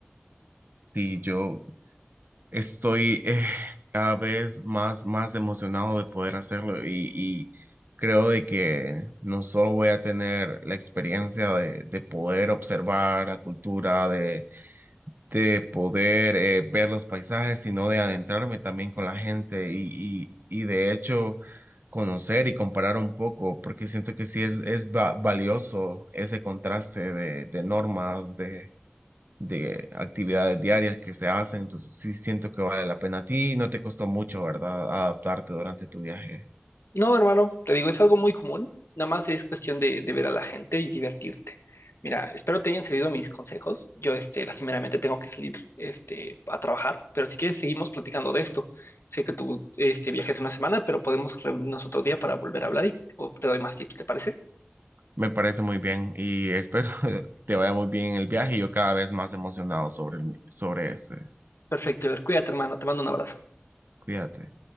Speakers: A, on the right (about 50°); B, on the left (about 80°).
A: Si yo Estoy eh, cada vez más, más emocionado de poder hacerlo y, y creo de que no solo voy a tener la experiencia de, de poder observar la cultura, de, de poder eh, ver los paisajes, sino de adentrarme también con la gente y, y- y de hecho conocer y comparar un poco, porque siento que sí es, es va- valioso ese contraste de, de normas, de actividades diarias que se hacen, entonces sí siento que vale la pena. A ti no te costó mucho, ¿verdad? Adaptarte durante tu viaje.
B: No, hermano, te digo, es algo muy común, nada más es cuestión de, de ver a la gente y divertirte. Mira, espero te hayan servido mis consejos. Yo, este, lastimeramente tengo que salir, este, a trabajar, pero si quieres seguimos platicando de esto. Sé que tú, este, viajes una semana, pero podemos reunirnos otro día para volver a hablar y o te doy más tips, ¿te parece?
A: Me parece muy bien y espero <laughs> te vaya muy bien en el viaje y yo cada vez más emocionado sobre el, mi- sobre este.
B: Perfecto, Ever, cuídate, hermano, te mando un abrazo.
A: Cuídate.